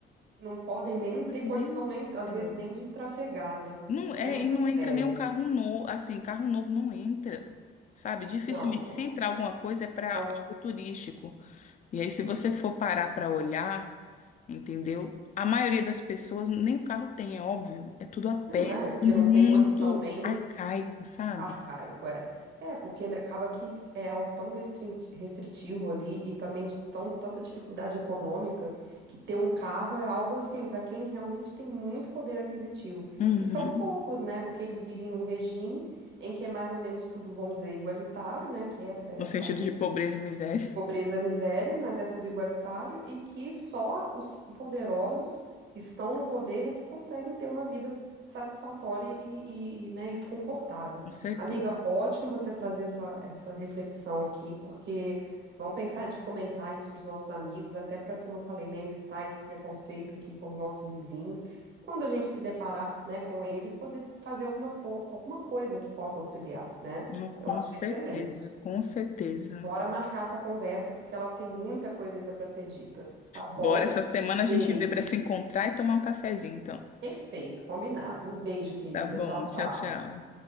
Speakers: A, on the right (about 70°); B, on the left (about 40°).
A: Não podem nem ter
B: Meu
A: condição,
B: Deus
A: nem,
B: do céu.
A: às vezes, nem de trafegar, né?
B: Não, é,
A: É muito
B: e não
A: sério.
B: entra nenhum carro novo, assim, carro novo não entra, sabe? Dificilmente,
A: Não, não.
B: se entrar alguma coisa é para
A: É um,
B: algo turístico. E aí, se você for parar para olhar, entendeu? A maioria das pessoas nem um carro tem, é óbvio. É tudo a pé,
A: não, é porque
B: tudo
A: não
B: muito
A: tem condição nem
B: arcaico, sabe?
A: arcaico, é. É, porque acaba que é algo tão restrinti- restritivo ali e também de tão, tanta dificuldade econômica que ter um carro é algo assim, para quem realmente tem muito poder aquisitivo.
B: Uhum.
A: E são poucos, né? Porque eles vivem num regime em que é mais ou menos tudo, vamos dizer, igualitário, né? Que essa é
B: No sentido
A: a
B: de pobreza e miséria,
A: de pobreza, miséria, mas é tudo igualitário e que só os poderosos que estão no poder é que conseguem ter uma vida satisfatória e, e, né, e confortável.
B: <laughs> com certeza.
A: Amiga, ótimo você trazer essa, essa reflexão aqui, porque vamos pensar de fomentar isso para os nossos amigos, até para, como eu falei, né, evitar esse preconceito aqui com os nossos vizinhos. E Quando a gente se deparar, né, com eles, poder fazer alguma, fo- alguma coisa que possa auxiliar, né?
B: Não, com
A: Eu acho
B: certeza,
A: excelente.
B: com certeza.
A: Bora marcar essa conversa, porque ela tem muita coisa ainda para ser dita. Tá bom?
B: Bora, essa semana
A: Beijo.
B: a gente vê para se encontrar e tomar um cafezinho, então.
A: Perfeito, combinado. Um beijo, querida.
B: Tá bom,
A: Tchau, tchau.
B: tchau, tchau.